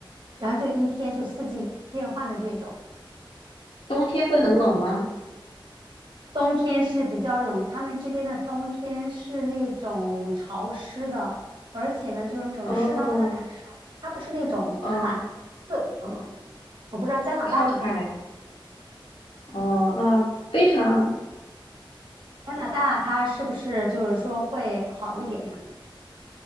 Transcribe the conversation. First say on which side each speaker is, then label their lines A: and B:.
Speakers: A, on the right (about 65°); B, on the left (about 85°).
A: 然后就一天就四季变换的这种。
B: 冬天会很冷吗？
A: 冬天是比较冷，他们这边的冬天是那种潮湿的，而且呢，就是那种湿哒哒的感受，
B: 哦
A: 它不是那种寒
B: 哦，
A: 刺骨的冷。我不知道加拿大怎么样，
B: 靠海，哦啊，非常。
A: 加拿大它是不是就是说会好一点呀？